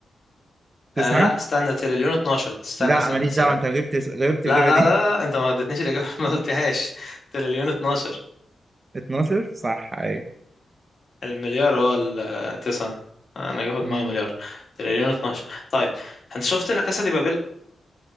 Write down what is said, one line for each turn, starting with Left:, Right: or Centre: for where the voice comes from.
Right: تسعة
Left: آه لا استنى تريليون 12 استنى
Right: لا
Left: استنى
Right: ماليش
Left: استنى
Right: دعوة انت غبت غبت الإجابة
Left: لا لا
Right: دي
Left: لا لا انت ما اديتنيش الاجابه <laughs> ما قلتهاش تريليون 12
Right: <laughs> 12 صح ايوه
Left: المليار هو التسعة انا جاي في
Right: مم.
Left: دماغي مليار تريليون 12 طيب انت شفت لا كاسا دي بابل